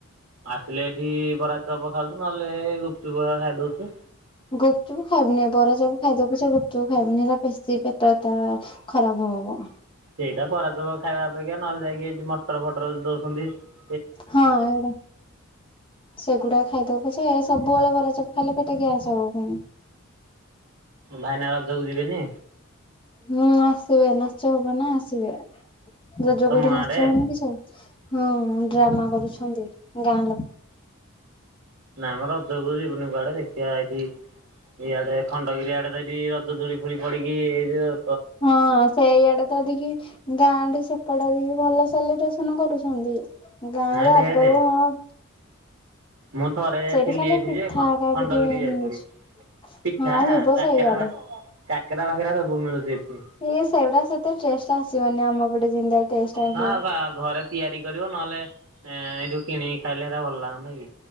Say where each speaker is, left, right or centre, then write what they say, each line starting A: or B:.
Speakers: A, on the right (about 60°); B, on the left (about 25°).
A: ଆସିଲେ ଏଠି ବରା ଚପ ଖାଉଛୁ ନହେଲେ ଗୁପଚୁପ ହେରିକା ଖାଇଦଉଛୁ।
B: ଗୁପଚୁପ ଖାଇବନି ବରା ଚପ୍ ଖାଇଦବ ପଛେ ଗୁପଚୁପ ଖାଇବନି ହେରା ବେଶୀ ପେଟଟା ଖରାପ ହବ।
A: ସେଇଟା ବରା ଚପ ଖାଇବା ଅପେକ୍ଷା ନହେଲେ ଯାଇକି ଏଇ ମଟର ଫଟର ଦ <unintelligible>
B: ହଁ ଏଉଡା ସେଗୁଡା ଖାଇଦବ ପଛେ ସବୁବେଳେ ବରା ଚପ ଖାଇଲେ ପେଟ ଗ୍ୟାସ ହବ ପୁଣି।
A: ଭାଇନା ରଜକୁ ଯିବେନି।
B: ହଁ ଆସିବେ ନାଚ ହବ ନା ଆସିବେ ରଜ
A: ତମ
B: କୁ ଏଠି
A: ଗାଁରେ?
B: ନାଚ ହଉନି କି ସବୁ ହଁ ଡ୍ରାମା କରୁଛନ୍ତି ଗାଁ ଲୋକ <inaudible>
A: ନାଇଁମ ରଜକୁ ଯିବୁନି କୁଆଡେ ଦେଖିବା ଏଇଠି ଇଆଡେ ଖଣ୍ଡଗିରି ଆଡେ ତ ଏଠି ରଜ ଦୋଳି ଫୋଳି ପଡିକି ଏଇ ଯଉ
B: ହଁ ସେଇଆଡେ ତ ଅଧିକି ଗାଁ ଠୁ ସେପଟେ ଭଲ ସେଲିବ୍ରେସନ କରୁଛନ୍ତି। ଛନ୍ତି। ଗାଁରେ
A: ହଁ ଢେରେ।
B: ଆଗ ରୁ ହଁ
A: ମୁଁ ଥରେ ଯାଇଥିଲି
B: ସେଇଠି ଖାଲି
A: ଏଇଠି
B: ପିଠା
A: ଯେ ଖଣ୍ଡଗିରି
B: ହେକା ଟିକେ
A: ଯାଇଥିଲି
B: ମିଳୁଛି।
A: ପିଠା
B: ହଁ ଯିବ
A: କାକରା
B: ସେଇଆଡେ
A: କାକେରା ଫାକେରା ସବୁ ମିଳୁଛି ଏଠି।
B: ଇଏ ସେଗୁଡା ସେତେ ଟେଷ୍ଟ ଆସିବନି ଆମ ପଟେ ଯେମିତିଆ ଟେଷ୍ଟ ଆସିବ।
A: ହଁ ଘରେ ତିଆରି କରିବ ନହେଲେ ଏଇଠୁ କିଣିକି ଖାଇଲେ ହେରା ଭଲ ଲାଗୁନି କି